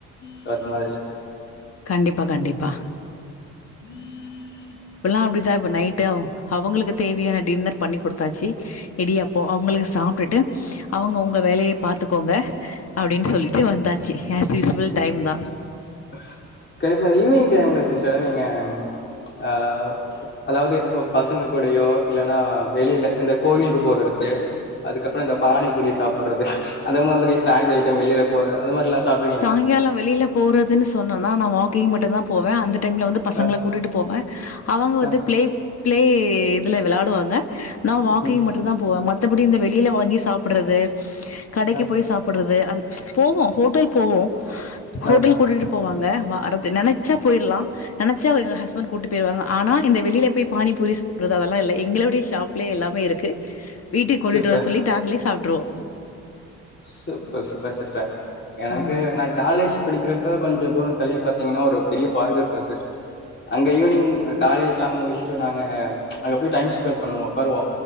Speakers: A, on the left; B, on the left.
A: சோ அது மாதிரி
B: கண்டிப்பா கண்டிப்பா
A: உம் <inaudible>
B: இப்பெல்லா அப்பிடிதா இப்ப நைட்டு அவங்களுக்கு தேவையான டின்னர் பண்ணி குடுத்தாச்சு இடியாப்ப போ அவங்களுக்கு சாப்பிட்டுட்டு அவங்க அவங்க வேலைய பாத்துக்கோங்க அப்டின்னு சொல்லிட்டு வந்தாச்சு
A: <unintelligible>
B: ஆஸ் யூசுவல் டைம் தான்.
A: ஈவினிங் டைம்ல சார் நீங்க அ அதாவ்து பசங்க கூடையோ இல்லனா வெளில இந்த கோவிலுக்கு போறது அதுக்கப்புறோ இந்த பானி பூரி சாப்ட்றது அந்தமாரி ஸக் ஐடம் வெளில போற அதுமாரிலா சாப்ட்டு இருக்கிங்களா
B: சாய்காலம் வெளில போறதுனு சொல் சொன்னனா நா வாக்கிங் மட்டு தா போவ அந்த டைம்ல வந்து பசங்கள
A: ஆ
B: கூட்டிட்டு போவ அவங்க வந்து
A: ஆ
B: பிளே பிளே இதுல வெளடுவாங்க நா வாக்கிங்
A: ம்
B: மட்டு தா போவ மத்த மத்தபடி இந்த வெளில வாங்கி சாப்ட்டுறது கடைக்கு
A: ஆ
B: போய் சாப்ட்றது அந்த போவோ ஹோட்டல் போவோ ஹோட்டல்
A: ஆ
B: கூட்டிட்டு போவாங் க வாரத்தி நெனச்சா போய்ற்லா நெனச்சா எங்க ஹஸ்பண்ட் கூட்டுப் போய்ருவாங்க ஆனா இந்த வெளில போய் பானிபூரி சாப்புர்றது அதல்லா இல்ல எங்களோடயே ஷாப்லே எல்லாமே இருக்கு வீட்டுக் கொண்டுட்டு
A: சூப்பர்
B: வர சொல்லி தாங்ளே சாப் ட்ருவோ
A: சூப்பர் சூப்பர் சிஸ்டர் எனக்கு
B: ஆமாமா.
A: நா காலேஜ் படிக்கிற ப்ப கொஞ்சொ தூரொ தள்ளி பாத்தீங்னா ஒரு பெரிய பார்க்கு இருக்கு <inaudible> அங்க ஈவ்னிங் அ காலேஜ்லா முடிஷ்ட்டு நாங்க அங்க போய் டைம் ஸ்பென் பண்ணுவோ உக்காருவோ